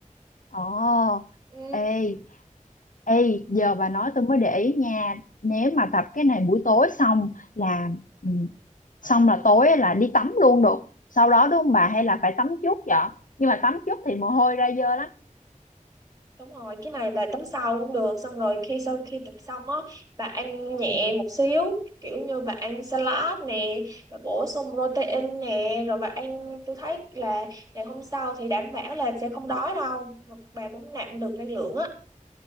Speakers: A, on the left; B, on the right.
A: Ồ,
B: ừ.
A: ê, ê, giờ bà nói tôi mới để ý nha. Nếu mà tập cái này buổi tối xong là ừ, xong là tối là đi tắm luôn được. Sau đó đúng không bà hay là phải tắm trước vậy? Nhưng mà tắm trước thì mồ hôi ra dơ lắm.
B: Đúng rồi, cái này bà tắm sau cũng được Xong rồi khi sau khi tập xong á Bà ăn nhẹ
A: Ừ,
B: một xíu Kiểu như bà ăn salad nè Bà bổ sung protein nè Rồi bà ăn, tôi thấy là Ngày hôm sau thì đảm bảo là sẽ không đói đâu Mà bà cũng nạp được năng lượng á